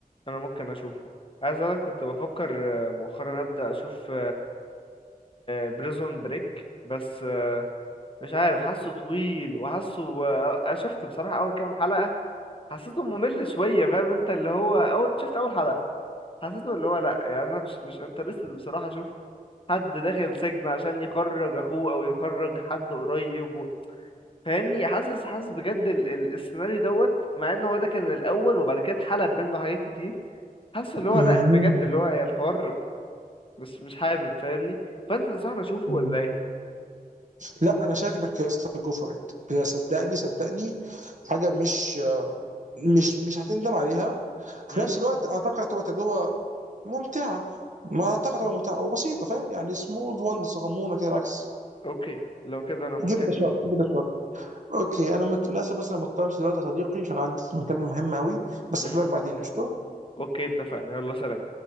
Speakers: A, on the left; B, on the right.
A: انا ممكن اشوفه عايز اقولك كنت بفكر آه، مؤخرا ابدا اشوف بريزون بريك بس آه، مش عارف حاسه طويل وحاسه آه، شفت بصراحة اول كام حلقة حسيته ممل شوية فاهم انت اللي هو اول شفت اول حلقة حسيته اللي هو لا يعني انا مش مش انترستد بصراحه اشوف حد داخل سجن عشان يخرج اخوه او يخرج حد قريب و... فاهمني حاسس حاسس بجد ال... ال... السيناريو دوت مع ان هو ده كان الاول وبعد كده اتحلب منه حاجات كتير حاسس اللي هو
B: مهم.
A: لا بجد اللي هو يعني الحوار مش مش حابب فاهمني فانت تنصحني اشوفه
B: مهم.
A: ولا ايه
B: لا انا شايف انك يا اسطى جو فور ات صدقني صدقني حاجه مش مش مش هتندم عليها في
A: امم
B: نفس الوقت اعتقد هتبقى تجربه ممتعه ما اعتقد هتبقى ممتعه وبسيطه فاهم يعني سمول وان صغنونه كده العكس
A: اوكي لو كده انا ممكن
B: جيب ات شوت جيب ات اوكي انا مت- للاسف بس انا مضطر امشي دلوقتي يا صديقي عشان عندي مكالمة مهمة قوي بس
A: امم
B: هكلمك بعدين قشطة
A: اوكي اتفقنا يلا سلام